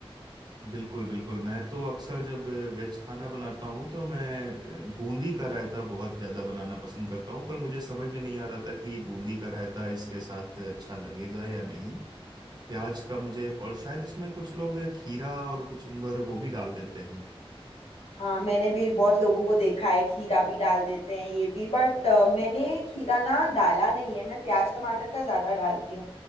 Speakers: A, on the right; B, on the left.
A: बिल्कुल बिल्कुल मैं तो अक्सर जब वेज खाना बनाता हूँ तो मैं अ, बूंदी का रायता बहुत ज़्यादा बनाना पसंद करता हूँ पर मुझे समझ में नहीं आ रहा था कि बूंदी का रायता इसके साथ अच्छा लगेगा या नहीं प्याज का मुझे और शायद इसमें कुछ लोग खीरा और कुचुम्बर वो भी डाल देते हैं
B: हाँ मैंने भी बहुत लोगों को देखा है खीरा भी डाल देते हैं ये भी बट मैंने खीरा ना डाला नहीं है मैं प्याज टमाटर का ज़्यादा डालती हूँ